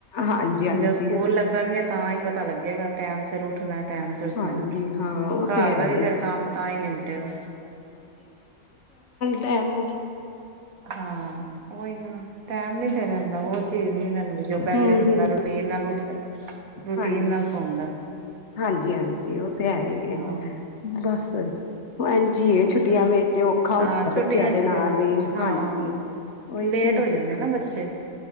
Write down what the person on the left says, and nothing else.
ਹਾਂਜੀ ਹਾਂਜੀ
ਹਾਂਜੀ
ਹਾਂ ਉਹ
ਤੇ ਹੈ
ਈ
ਐ।
ਟੈਮ
ਹਮ
ਹਮ
ਹਾਂਜੀ
ਹਾਂਜੀ ਹਾਂਜੀ ਉਹ ਤੇ ਹੈ ਈ ਐ।
ਬਸ ਐ ਜੀ ਇਹ
ਛੁੱਟੀਆਂ
ਵਿੱਚ ਤੇ ਔਖਾ ਹੁੰਦਾ
ਬੱਚਿਆਂ
ਦੇ
ਨਾਲ
ਈ।
ਹਾਂਜੀ ਓਹੀ
ਤੇ